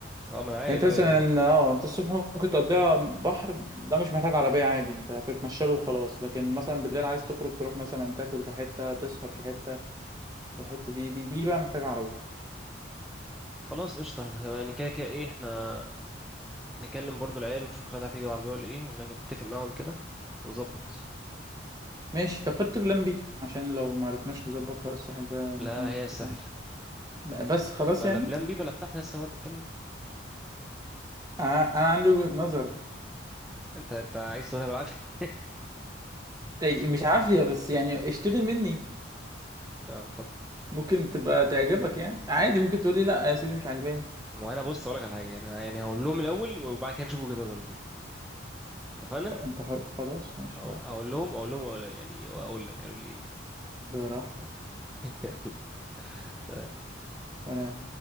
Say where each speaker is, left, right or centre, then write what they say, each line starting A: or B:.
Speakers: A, in the centre; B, on the right.
A: اه ما انا عارف
B: يعني انت مثلا
A: ايوه
B: اه انت الصبح ممكن تقضيها بحر ده مش محتاج عربيه عادي انت هتتمشى له وخلاص لكن مثلا بالليل عايز تخرج تروح مثلا تاكل في حته تسهر في حته الحته دي دي دي بقى محتاجه عربيه
A: خلاص قشطه احنا يعني كده كده ايه احنا نكلم برضو العيال ونشوف خالد عارف يجيب العربيه ولا ايه ونتفق معاهم كده ونظبط
B: ماشي طب حط بلان بي عشان لو ما عرفناش نظبط حوار الساحل ده
A: لا
B: ممكن نروح
A: هي
B: حته
A: السهل
B: تانيه
A: خلاص
B: بس خلاص
A: بلا
B: يعني
A: بلان بي بلا بتاع احنا لسه هنقعد نتكلم
B: انا أنا عندي وجهه نظر
A: انت انت عايز تقولها بالعافيه
B: أي مش عافية بس يعني اشتري مني
A: اه اتفضل
B: ممكن تبقى تعجبك يعني عادي ممكن تقولي لا يا سيدي مش عاجباني
A: ما هو انا بص اقول لك على حاجه يعني انا يعني هقول لهم الاول وبعد كده نشوف وجهه نظرك دي اتفقنا
B: انت حر خلاص ماشي
A: اقول
B: براحتك
A: اقول لهم اقول لهم أقول يعني واقول لك قالوا لي ايه
B: براحتك
A: <laughs> يلا، سلام
B: سلام